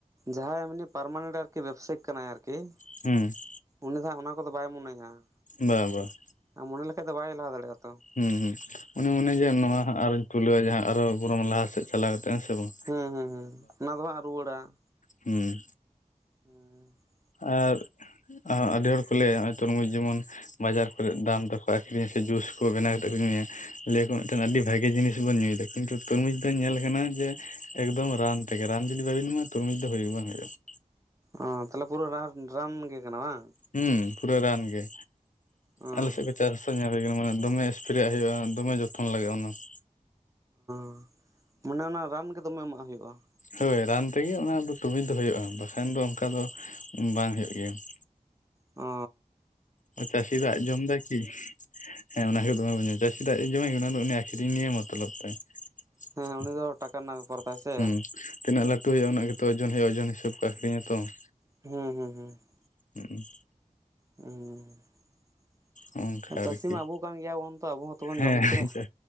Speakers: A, on the right (about 25°); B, on the left (about 70°).
A: ᱡᱟᱦᱟᱸᱭ ᱮᱢᱱᱤ ᱯᱟᱨᱢᱟᱱᱮᱱᱴ ᱟᱨᱠᱤ ᱵᱮᱵᱽᱥᱟᱭᱤᱠ ᱠᱟᱱᱟᱭ ᱟᱨᱠᱤ ᱾
B: ᱦᱩᱸ ᱾
A: ᱩᱱᱤ ᱫᱚ ᱦᱟᱸᱜ ᱚᱱᱟ ᱠᱚᱫᱚ ᱵᱟᱭ ᱢᱚᱱᱮᱭᱟ ᱾
B: ᱵᱟ ᱵᱟ ᱾
A: <unintelligible> ᱢᱚᱱᱮ ᱞᱮᱠᱟᱡ ᱫᱚ ᱵᱟᱭ ᱞᱟᱦᱟ ᱫᱟᱲᱮᱭᱟᱜ-ᱟ ᱾
B: ᱦᱩᱸ ᱦᱩᱸ ᱩᱱᱤ ᱢᱚᱱᱮᱭᱟ ᱡᱮ ᱱᱚᱣᱟ ᱦᱟᱸᱜ ᱟᱨᱚᱧ ᱠᱷᱩᱞᱟᱹᱣ ᱡᱟᱦᱟᱸ ᱟᱨᱚ ᱵᱚᱨᱚᱢ ᱞᱟᱦᱟ ᱥᱮᱫ ᱪᱟᱞᱟᱣ ᱠᱟᱛᱮ ᱦᱮᱸ ᱥᱮ ᱵᱟᱝ ᱾
A: ᱦᱩᱸ ᱦᱩᱸ ᱦᱩᱸ ᱚᱱᱟ ᱫᱚ ᱦᱟᱸᱜ ᱨᱩᱣᱟᱹᱲᱟ ᱾
B: ᱦᱩᱸ
A: ᱦᱮᱸᱻ ᱾
B: ᱟᱨ ᱟᱨ ᱟᱹᱰᱤ ᱦᱚᱲ ᱠᱚ ᱞᱟᱹᱭᱟ ᱱᱚ-ᱚᱭ ᱛᱩᱨᱢᱩᱡᱽ ᱡᱮᱢᱚᱱ ᱵᱟᱡᱟᱨ ᱠᱚᱨᱮ ᱫᱟᱢ ᱛᱮᱠᱚ ᱟᱠᱷᱨᱤᱧᱟ ᱥᱮ ᱡᱩᱥ ᱦᱳᱭ ᱵᱮᱱᱟᱣ ᱠᱟᱛᱮ ᱠᱚ ᱧᱩᱭᱟ ᱞᱟᱹᱭᱟ ᱠᱚ ᱢᱤᱫᱴᱮᱱ ᱟᱹᱰᱤ ᱵᱷᱟᱜᱮ ᱵᱷᱜᱮ ᱡᱤᱱᱤᱥ ᱵᱚᱱ ᱧᱩᱭᱮᱫᱟ ᱠᱤᱱᱛᱩ ᱛᱩᱨᱢᱩᱡᱽ ᱫᱚ ᱧᱮᱞ ᱠᱟᱱᱟ ᱡᱮ ᱮᱠᱫᱚᱢ ᱨᱟᱱ ᱛᱮᱜᱮ ᱨᱟᱱ ᱡᱩᱫᱤ ᱵᱟᱵᱤᱱ ᱮᱢᱟ ᱛᱩᱨᱢᱩᱡᱽ ᱫᱚ ᱦᱩᱭᱩᱜ ᱜᱮ ᱵᱟᱝ ᱦᱩᱭᱩᱜ-ᱟ ᱾
A: ᱚ ᱛᱟᱦᱚᱞᱮ ᱯᱩᱨᱟᱹ ᱨᱟᱱ ᱨᱟᱱ ᱜᱮ ᱠᱟᱱᱟ ᱵᱟᱝ ᱾
B: ᱦᱩᱸ ᱯᱩᱨᱟᱹ ᱨᱟᱱ ᱜᱮ
A: ᱚ
B: ᱟᱞᱮ ᱥᱮᱫ <inaudible> ᱪᱟᱥ ᱠᱟᱛᱮ ᱧᱮᱞ ᱦᱩᱭ ᱠᱟᱱᱟ ᱢᱟᱱᱮ ᱫᱚᱢᱮ ᱮᱥᱯᱨᱮᱭᱟᱜ ᱦᱩᱭᱩᱜᱼᱟ ᱫᱚᱢᱮ ᱡᱚᱛᱚᱱ ᱞᱟᱜᱟᱜᱼᱟ ᱚᱱᱟ ᱾
A: <inaudible> ᱢᱟᱱᱮ ᱚᱱᱟ ᱨᱟᱱ ᱜᱮ ᱫᱚᱢᱮ ᱮᱢᱟᱜ ᱦᱩᱭᱩᱜ-ᱟ ᱾
B: ᱦᱳᱭ ᱨᱟᱱ ᱛᱮᱜᱮ ᱚᱱᱟ ᱫᱚ ᱛᱩᱨᱢᱩᱡᱽ ᱫᱚ ᱦᱳᱭᱜ-ᱟ ᱵᱟᱠᱷᱟᱱ ᱫᱚ ᱚᱱᱠᱟ ᱫᱚ ᱵᱟᱝ ᱦᱳᱭᱳᱜ ᱜᱮᱭᱟ ᱾
A: ᱚᱻᱻ
B: ᱚ ᱪᱟᱥᱤ ᱫᱚ ᱟᱡ ᱡᱚᱢᱫᱟᱭ ᱠᱤ? ᱦᱮᱸ ᱚᱱᱟ ᱜᱮ ᱫᱚᱢᱮ ᱵᱚᱱ ᱧᱟᱢᱟ ᱪᱟᱹᱥᱤ ᱫᱟᱜ ᱡᱚᱢᱟᱭ ᱜᱮ ᱚᱱᱟ ᱫᱚ ᱩᱱᱤ ᱟᱹᱠᱷᱨᱤᱧ ᱱᱤᱭᱮ ᱢᱚᱛᱞᱚᱵᱽ ᱛᱟᱭ
A: ᱦᱮᱸ
B: ᱾
A: ᱩᱱᱤ ᱫᱚ ᱴᱟᱠᱟ
B: <unintelligible>
A: ᱨᱮᱱᱟᱜ ᱵᱮᱯᱟᱨ ᱛᱟᱭ ᱥᱮ
B: ᱦᱩᱸ ᱛᱤᱱᱟᱹᱜ ᱞᱟᱹᱴ ᱦᱩᱭᱩᱜ-ᱟ ᱩᱱᱟᱹᱜ ᱜᱮᱛᱚ ᱳᱡᱚᱱ ᱦᱩᱭᱩᱜ ᱳᱡᱚᱱ ᱦᱤᱥᱟᱹᱵᱽ ᱠᱚ ᱟᱠᱷᱨᱤᱧ ᱟᱛᱚ ᱾
A: ᱦᱮᱸ ᱦᱩᱸ ᱦᱩᱸ ᱾
B: <unintelligible>
A: <unintelligible>
B: ᱚᱱᱠᱟ ᱟᱨᱠᱤ
A: ᱪᱟᱥᱤ ᱢᱟ ᱟᱵᱚ ᱠᱟᱱ ᱜᱮᱭᱟᱵᱚᱱ ᱛᱚ ᱟᱵᱚ ᱦᱚᱸᱛᱚ ᱵᱚᱱ
B: ᱦᱮᱸ
A: ᱡᱚᱢ
B: ᱟᱪᱪᱷᱟ
A: ᱠᱮᱭᱟ ᱾